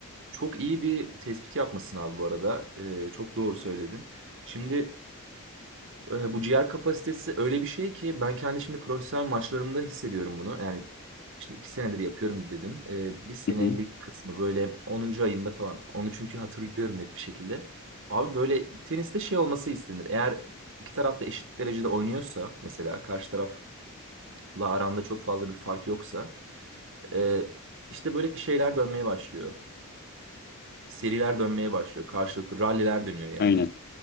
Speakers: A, on the right (about 60°); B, on the left (about 45°).
A: Çok iyi bir tespit yapmışsın abi bu arada. E, çok doğru söyledin. Şimdi E, bu ciğer kapasitesi öyle bir şey ki ben kendi şimdi profesyonel maçlarımda hissediyorum bunu. Yani şimdi iki senedir yapıyorum dedim. E, bir senelik
B: Hı hı,
A: kısmı böyle onuncu ayımda falan. Onu çünkü hatırlıyorum net bir şekilde. Abi böyle teniste şey olması istenir. Eğer iki taraf da eşit derecede oynuyorsa mesela karşı tarafla aranda çok fazla bir fark yoksa e, işte böyle şeyler dönmeye başlıyor. Seriler dönmeye başlıyor. Karşılıklı ralliler dönüyor yani.
B: aynen.